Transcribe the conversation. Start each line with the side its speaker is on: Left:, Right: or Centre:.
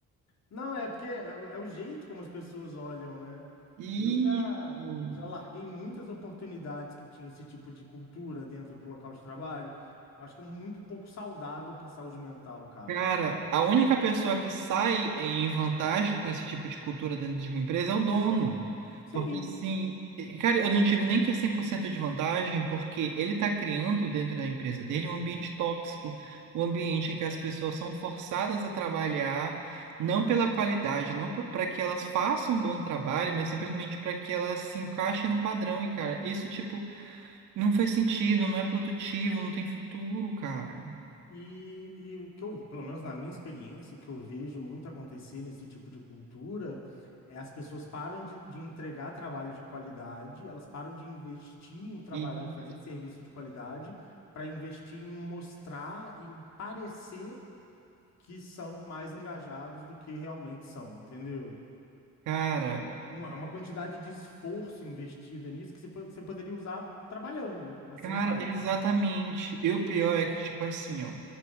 Left: Não, é porque é, é o jeito como as pessoas olham, né?
Right: isso.
Left: Eu já, já larguei muitas oportunidades que tinham esse tipo de cultura dentro do local de trabalho. Eu acho que é muito pouco saudável para a saúde mental, cara.
Right: Cara, a única pessoa que sai em vantagem com esse tipo de cultura dentro de uma empresa é o dono.
Left: Sim,
Right: Porque assim, e, cara, eu não digo nem que é 100% de vantagem, porque ele está criando dentro da empresa dele um ambiente tóxico, um ambiente em que as pessoas são forçadas a trabalhar, não pela qualidade, não para que elas façam um bom trabalho, mas simplesmente para que elas se encaixem no padrão. E, cara, isso, tipo, não faz sentido, não é produtivo, não tem futuro, cara.
Left: E, e o que eu, pelo menos na minha experiência, o que eu vejo muito acontecer nesse tipo de cultura é as pessoas param de, de entregar trabalho de qualidade, elas param de investir em trabalhar
Right: E,
Left: e fazer serviço de qualidade para investir em mostrar e parecer que são mais engajados do que realmente são, entendeu?
Right: Cara,
Left: Uma, uma quantidade de esforço investida nisso que você, po- você poderia usar trabalhando, mas
Right: cara,
Left: você não faz.
Right: exatamente. E o pior é que, tipo assim, ó,